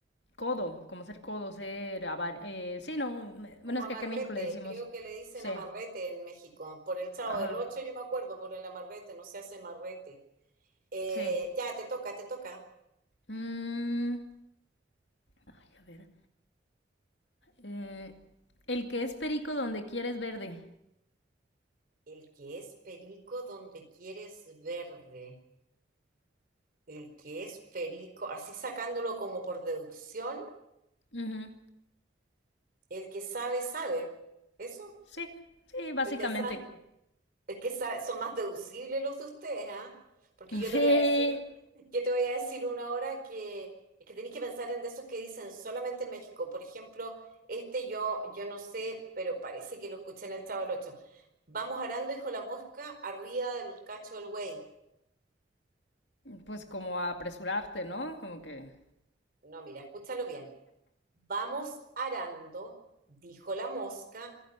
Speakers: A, on the left; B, on the right.
A: Codo, como ser codo, ser avar... eh, sí, no, me-
B: como
A: bueno, es
B: amarrete,
A: que acá en México le decimos,
B: creo que le dicen
A: sí,
B: amarrete en México. Por el Chavo
A: ajá,
B: del Ocho yo me acuerdo, por el amarrete, no se hace amarrete. Eh,
A: sí.
B: ya, te toca, te toca.
A: Mm, ay, a ver, eh, el que es perico donde quieres verde.
B: El que es perico donde quieres verde. El que es perico, así sacándolo como por deducción,
A: Ujú,
B: el que sabe, sabe. ¿Eso?
A: Sí, sí, básicamente,
B: El que sabe, el que sabe, son más deducibles los de ustedes, ¿ah? Porque
A: <laughs>
B: yo te voy a decir,
A: sí,
B: <laughs> yo te voy a decir una hora que es que tenéis que pensar en de esos que dicen solamente en México. Por ejemplo, este yo, yo no sé, pero parece que lo escuché en el Chavo del Ocho. Vamos arando, hijo la mosca, arriba del cacho del güey.
A: pues como apresurarte, ¿no? Como que,
B: No, mira, escúchalo bien. Vamos arando, dijo la mosca,